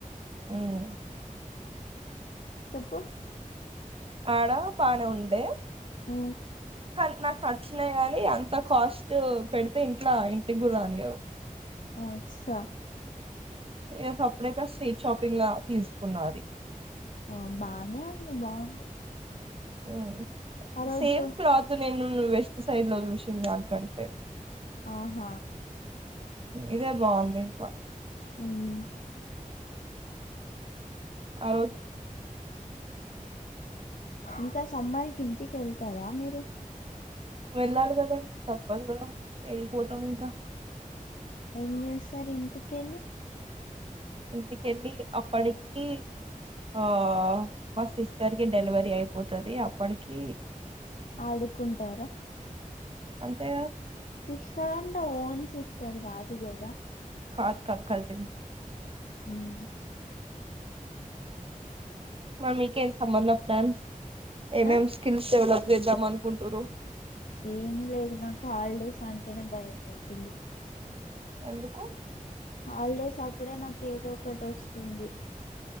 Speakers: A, on the right; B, on the left.
A: ఉమ్
B: చెప్పు
A: ఆడా బానే ఉండె
B: ఆ
A: కానీ నాకు నచ్చినాయి గానీ అంత కాస్ట్ పెడితే ఇంట్లా ఇంటికి గుడా రానియరు
B: అచ్చా
A: నేను సపరేట్ గా స్ట్రీట్ షాపింగ్ లో తీసుకున్నది
B: ఆ బానే అంది బాగుంది
A: ఉమ్
B: ఆ రోజు
A: సేమ్ క్లాత్ లు నేను వెస్ట్ సైడ్ లో చూషిన దానికంటే
B: ఆహా
A: ఇదే బాగుంది ఇంకా
B: అమ్
A: ఆ రోజు
B: ఇంకా సమ్మారికి ఇంటికి వెళ్తారా మీరు
A: వెళ్ళాలి కదా తప్పదు కదా ఏ పోతాం ఇంకా
B: ఏం చేస్తారు ఇంటికెళ్ళి
A: ఇంటికెళ్ళి అప్పటికి ఆ మా సిస్టర్ కి డెలివరీ అయిపోతది అప్పటికి
B: ఆడుకుంటారా
A: అంటే
B: సిస్టర్ అంటే ఓన్ సిస్టర్ కాదు దిగదా
A: క క కజిన్
B: అమ్
A: మమ్మీకి సంబంధం లాన్స్ ఏం
B: ఆ
A: ఏం స్కిల్స్ డెవలప్ చేద్దాం అనుకుంటురు
B: ఏం లేదు నాకు హాలిడేస్ అంటేనే భయం అయితుంది
A: ఎందుకు
B: హాలిడేస్ అప్పుడే నాకు ఏదో ఒకటి వస్తుంది